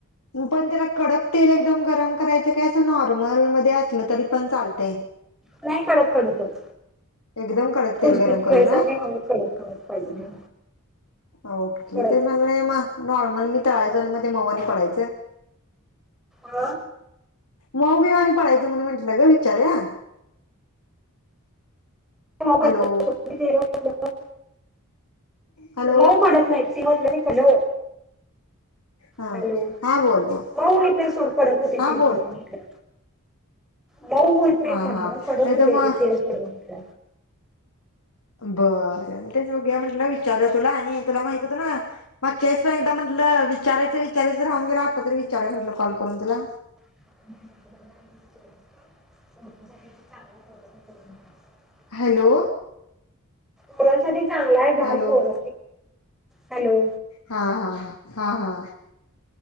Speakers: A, on the left (about 80°); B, in the centre.
A: पण त्याला कडक तेल एकदम गरम करायचं काय असं नॉर्मल मध्ये असलं तरी पण चालतय
B: नाही कडक कडक होत.
A: एकदम कडक
B: खुसखुशीत
A: तेल गरम करू
B: येण्यासाठी
A: ना
B: कडक करायला पाहिजे
A: ओके
B: कडकच
A: तेच म्हण मग नॉर्मल मी तळायचो आणि मग ते मऊ आनी पडायचं
B: हा
A: मऊबिव आणि पडायचं म्हणून म्हटलं ग विचारुया
B: नाही
A: हॅलो
B: मऊ
A: हॅलो
B: मऊ पडत नाही सिवतलं ते हॅलो
A: हा
B: हॅलो-
A: हा बोल बोल
B: मऊ होत नाही सोड कडक होते
A: हा
B: तेल
A: बोल
B: कडक मऊ होत नाही
A: हा
B: म्हटलं
A: हा
B: कडक
A: नाही
B: होते
A: तर मग
B: तेल सोड
A: बरं मग तेच बघूया म्हटलं विचारलं तुला आणि तुला माहित होतना मागचा वेळेस पण एकदा म्हण म्हटलं विचारायचं विचारायचं राहून गेल आता तरी विचाराव म्हंटलं कॉल करून तुला
B: <inaudible>
A: हॅलो!
B: पोरांसाठी चांगला आहे घाल
A: हॅलो
B: पोर, हॅलो!
A: हा हा हा हा हा!